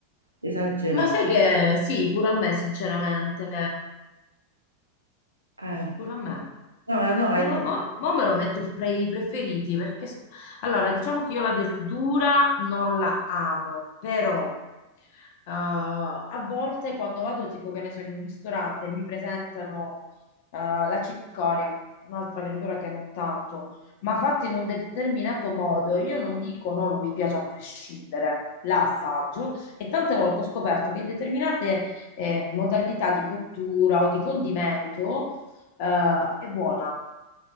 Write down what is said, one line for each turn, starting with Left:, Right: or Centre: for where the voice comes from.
Right: esagerato.
Left: Ma sai che sì, pure a me, sinceramente.
Right: Eh,
Left: Pure a me.
Right: no, no, è...
Left: Ma, lo- ma- mo me lo metto fra i preferiti perché s- allora diciamo che io la verdura non la amo, però eh, a volte quando vado tipo che ne so in un ristorante e mi presentano eh, la cicoria, un'altra verdura che non tanto, ma fatta in un determinato modo, io non dico no, non mi piace a prescindere, la assaggio e tante volte ho scoperto che in determinate eh, modalità di cottura o di condimento eh, è buona.